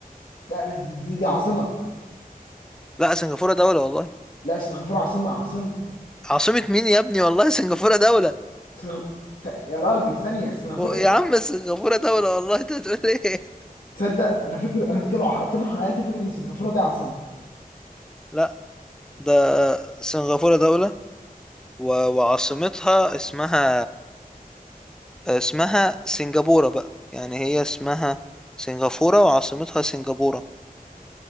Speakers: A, on the left; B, in the centre.
A: لا بس دي دي عاصمة
B: لا سنغافورة دولة والله
A: لا سنغافورة عاصمة عاصمة
B: عاصمة مين يا ابني والله سنغافورة دولة
A: سنغ... س... يا راجل ثانية سنغافورة
B: و- يا عم سنغافورة دولة والله <laughs> انت بتقول ايه
A: تصدق انا فاكر انا طول ع- طول حياتي فاكر ان سنغافورة دي عاصمة
B: لا ده سنغافورة دولة و... وعاصمتها اسمها اسمها سنغافورة بقى يعني هي اسمها سنغافورة وعاصمتها سنغافورة